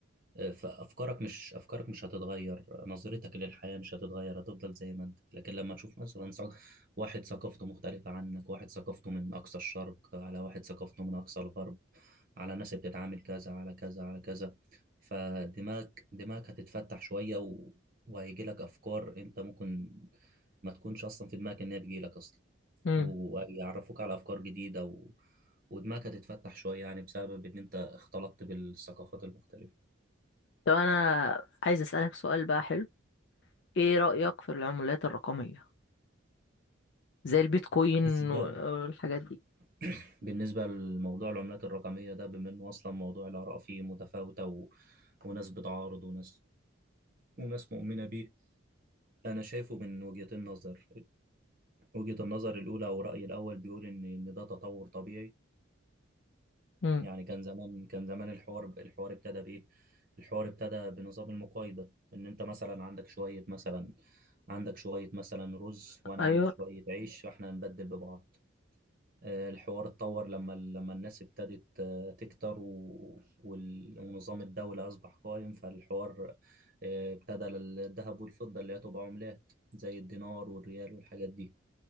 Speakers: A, on the right (about 45°); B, on the left (about 60°).
A: آه، فافكارك مش افكارك مش هتتغير نظرتك للحياه مش هتتغير هتفضل زي ما انت لكن لما تشوف مثلا ثق- واحد ثقافته مختلفه عنك واحد ثقافته من اقصى الشرق على واحد ثقافته من اقصى الغرب على ناس بتتعامل كذا على كذا على كذا فدماغك دماغك هتتفتح شويه و... وهيجي لك افكار انت ممكن ما تكونش اصلا في دماغك ان هي تجي لك اصلا
B: مم.
A: ويعرفوك على أفكار جديدة و... ودماغك هتتفتح شوية يعني بسبب إن أنت اختلطت بالثقافات المختلفة
B: طب انا عايز اسالك سؤال بقى حلو ايه رايك في العملات الرقميه زي البيتكوين
A: بالنسبة
B: والحاجات دي
A: <clears throat> بالنسبة لموضوع العملات الرقمية ده بما إنه أصلا موضوع الآراء فيه متفاوتة و... وناس بتعارض وناس وناس مؤمنة بيه أنا شايفه من وجهة النظر وجهة النظر الأولى أو رأيي الأول بيقول إن إن ده تطور طبيعي
B: امم
A: يعني كان زمان كان زمان الحوار الحوار ابتدى بايه الحوار ابتدى بنظام المقايضة ان انت مثلا عندك شوية مثلا عندك شوية مثلا رز وانا
B: ايوه
A: عندي شوية عيش فاحنا هنبدل ببعض آه، الحوار اتطور لما لما الناس ابتدت آه، تكتر و... وال- ونظام الدولة اصبح قائم فالحوار آه، ابتدى الذهب والفضة اللي هي تبقى عملات زي الدينار والريال والحاجات دي